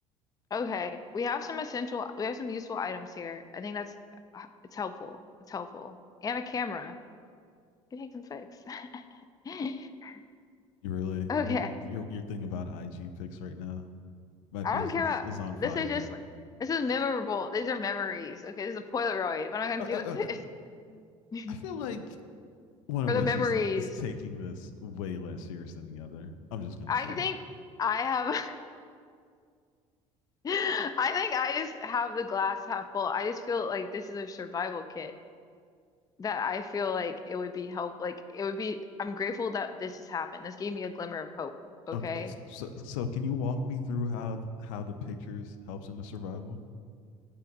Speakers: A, on the left (about 20°); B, on the left (about 70°).
A: Okay, we have some essential, we have some useful items here. I think that's, uh, it's helpful. It's helpful. And a camera. It take some fix. <laughs>
B: you really
A: Okay,
B: you're you're you're, you're thinking about IG pics right now. My
A: I
B: business
A: don't care about,
B: is on
A: this
B: fire.
A: is just like, this is memorable. These are memories. Okay, this is a Polaroid. What am I gonna
B: Uh,
A: do
B: uh,
A: with
B: okay.
A: this? <laughs>
B: I feel like one of
A: For the
B: us
A: memories,
B: is is taking this way less serious than the other. I'm just gonna
A: I
B: say it.
A: think I have, <laughs> I think I just have the glass half full. I just feel like this is a survival kit that I feel like it would be help. Like it would be, I'm grateful that this has happened. This gave me a glimmer of hope. Okay.
B: Okay, so so so can you walk me through how th- how the pictures helps in the survival?